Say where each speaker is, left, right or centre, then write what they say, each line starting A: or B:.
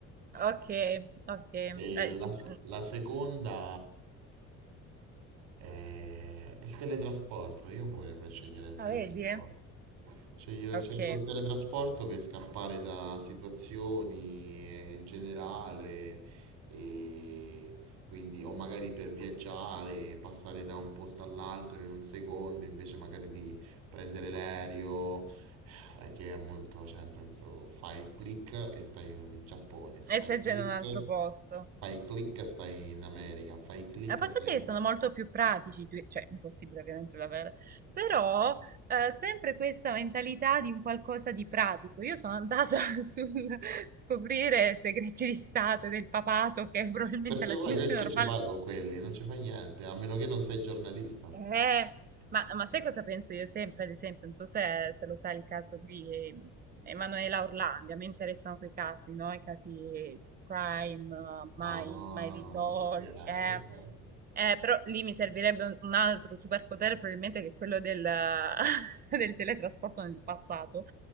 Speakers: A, on the right; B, on the right.
A: okay, okay,
B: E
A: dai, ci
B: la,
A: s
B: s-
A: mh,
B: la seconda è il teletrasporto. Io pure per scegliere il teletrasporto.
A: ah, vedi?
B: Scegliere,
A: Okay,
B: scelgo il teletrasporto per scappare da situazioni eh, in generale, e quindi, o magari per viaggiare, passare da un posto all'altro in un secondo, invece magari di prendere l'aereo eh, che è molto, cioè, nel senso, fai click e stai in Giappone, fai
A: e stai già
B: click,
A: in un altro posto.
B: fai click e stai in America, fai click
A: A posso
B: e stai
A: dire
B: in...
A: che sono molto più pratici, i tuoi- cioè impossibile ovviamente da avere, però eh, sempre questa mentalità di un qualcosa di pratico. Io sono andata <laughs> sul scoprire segreti di Stato e del papato che probabilmente
B: Perché
A: la
B: poi
A: gente
B: che, che
A: normale
B: ci fai con quelli? Non ci fai niente, a meno che non sei giornalista.
A: eh, ma, ma sai cosa penso io sempre, ad esempio, non so se, se lo sai il caso di eh, Emanuela Orlandi, a me interessano quei casi, no? I casi true crime, eh, mai,
B: Ah,
A: mai risolti.
B: ok,
A: Eh,
B: ok.
A: Eh, però lì mi servirebbe un un altro superpotere, probabilmente che è quello del, <laughs> del teletrasporto nel passato.